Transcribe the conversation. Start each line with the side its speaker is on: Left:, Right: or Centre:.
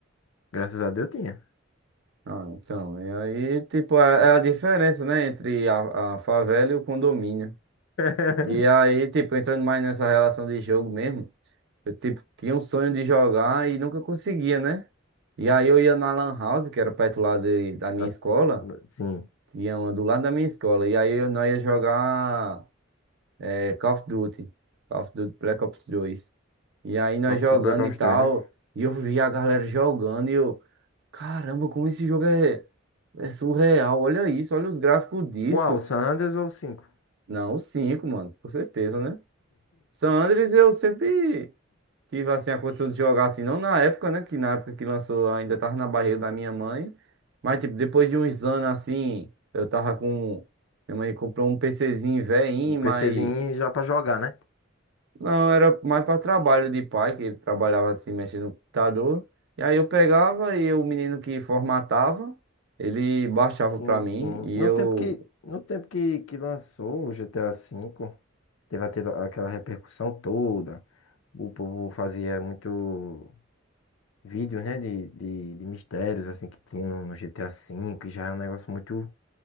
Left: Graças a Deus tinha.
Right: Ah, então, e aí, tipo, é, é a diferença, né? Entre a, a favela e o condomínio.
Left: <laughs>
Right: E aí, tipo, entrando mais nessa relação de jogo mesmo, eu, tipo, tinha um sonho de jogar e nunca conseguia, né? E aí eu ia na Lan House, que era perto lá de- da minha
Left: Da-
Right: escola,
Left: da- Sim.
Right: tinha uma do lado da minha escola, e aí eu- nós ia jogar é, Call of Duty, Call of Duty Black Ops dois E aí nós
Left: Call of
Right: jogando
Left: Duty Black Ops
Right: e tal,
Left: 2, né?
Right: e eu via a galera jogando e eu, caramba, como esse jogo é, é surreal, olha isso, olha os gráficos disso.
Left: Qual? o San Andreas ou o 5?
Right: Não, o 5 mano, com certeza, né? San Andreas eu sempre. Tive assim a condição de jogar assim, não na época, né? Que na época que lançou eu ainda tava na barriga da minha mãe. Mas tipo, depois de uns anos assim, eu tava com. Minha mãe comprou um PCzinho velhinho,
Left: Um PCzinho
Right: mas.
Left: já pra jogar, né?
Right: Não, era mais para trabalho de pai, que ele trabalhava assim, mexendo no computador. E aí eu pegava e o menino que formatava, ele baixava
Left: Sim,
Right: pra mim
Left: sim.
Right: e
Left: No
Right: eu.
Left: tempo que, no tempo que, que lançou o GTA V, teve até aquela repercussão toda. O povo fazia muito vídeos, né, de, de, de mistérios, assim, que tinha no, no GTA V, e já é um negócio muito,